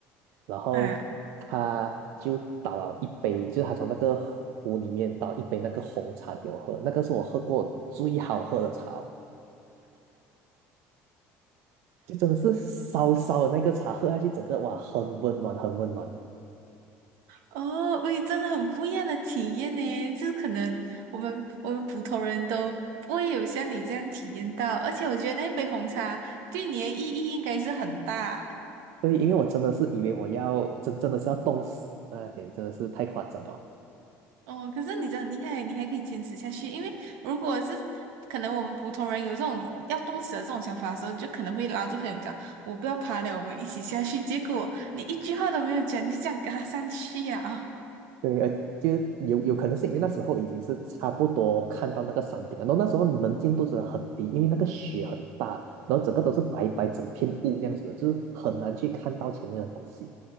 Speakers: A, on the right; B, on the right.
A: 然后他就倒了一杯，
B: 啊，
A: 就是他从那个壶里面倒一杯那个红茶给我喝，那个是我喝过最好喝的茶哦就真的是烧烧的那个茶喝下去，整个哇，很温暖，很温暖。
B: 哦，喂，真的很不一样的体验呢，就是可能我们我们普通人都不会有像你这样体验到，而且我觉得那杯红茶对你的意义应该是很大。
A: 对，因为我真的是以为我要真真的是要冻死了在那边，真的是太夸张了。
B: 哦，可是你真的很厉害，你还可以坚持下去。因为如果是可能我们普通人有这种要动词的这种想法的时候，就可能会拉住朋友讲：“我不要爬了，我们一起下去。”结果你一句话都没有讲，你就这样跟他上去呀、啊
A: 对，呃，就有有可能是因为那时候已经是差不多看到那个山顶了，然后那时候能见度是很低，因为那个雪很大，然后整个都是白白整片雾这样子的，就是很难去看到前面的东西。